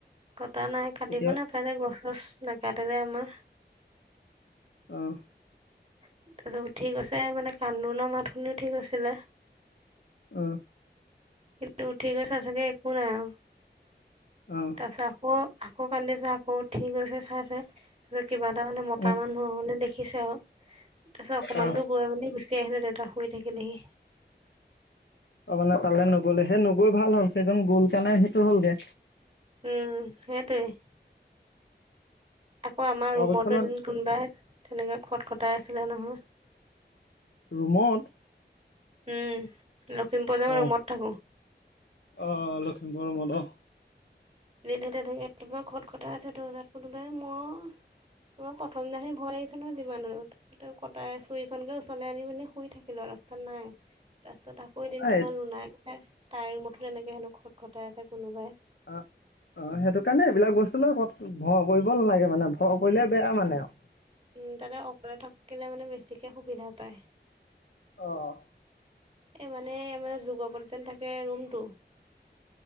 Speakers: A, on the right; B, on the left.
A: কটা নাই, কাটিব
B: এতিয়া
A: নে মানে গছ-চছ নাকাটে যে আমাৰ।
B: অহ।
A: তাৰপিছত উঠি গৈছে মানে কান্দোনৰ মাত শুনি উঠি গৈছিলে।
B: উম।
A: কিন্তু উঠি গৈ চাইচেগে, একো নাই আৰু।
B: অহ।
A: তাৰ পিছত আকৌ, আকৌ কান্দিছে, আকৌ উঠি গৈ চাইছে। তাৰপিছত কিবা এটা মানে, মতা
B: উম
A: মানুহ মানে দেখিছে আৰু। তাৰপিছত অকমান
B: অ
A: দূৰ গৈ মানে গুচি আহিলে, দেউতা শুই থাকিলেহি।
B: অ', মানে তালৈ নগলে, সেই নগৈ ভাল হ'ল, সেইজন গ'ল কাৰণে সেইটো হ'লগে।
A: উম, সেইটোৱেই। আকৌ আমাৰ
B: পৰৱেক্ষণত
A: ৰুমতো এদিন কোনোবাই তেনেকে খট খটাই আছিলে নহয়।
B: ৰুমত?
A: উম, লখিমপুৰৰ যে মই
B: অ
A: ৰুমত থাকোঁ।
B: অ', লখিমপুৰৰ ৰুমত অ'।
A: <unintelligible> খট খটাই আছে দৰ্জাত কোনোবাই মই। তোমাৰ প্ৰথম দিনাখিনি ভয় লাগিছে নয় যিমান হ'লেও। <unintelligible> কটাই চুৰিখনকে ওচলাই আনি পিনি শুই থাকিলো আৰু লাস্তত নাই তাৰপিচত আ কৌ এদিন
B: এই
A: তোমাৰ লোনাই কৈছে তাইৰ ৰুমতো তেনেকে হেনো খট খটাই আছে কোনোবাই।
B: অ', অ', সেইটো কাৰণে, এইবিলাক বস্তুক লৈ ক ভয় কৰিব নালাগে মানে। ভয় কৰিলে বেয়া
A: তাতে
B: মানে আৰু।
A: উম, তাতে অকলে থাকিলে মানে বেছিকে সুবিধা পায়।
B: অ'।
A: এই মানে মানে যুগাপত যেন থাকে ৰুমটো।